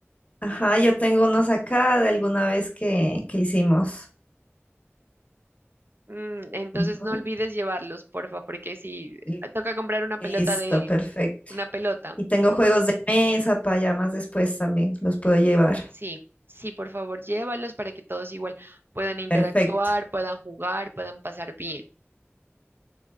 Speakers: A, on the left; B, on the right.
A: Ajá, yo tengo unos acá de alguna vez que, que hicimos.
B: Mm, entonces
A: Ujú.
B: no olvides llevarlos, porfa, porque si
A: Li-
B: toca comprar una pelota
A: Listo,
B: de
A: perfecto.
B: una pelota.
A: Y tengo juegos de mesa para ya más después también, los puedo llevar.
B: Sí, sí, por favor, llévalos para que todos igual puedan interactuar,
A: Perfecto.
B: puedan jugar, puedan pasar bien.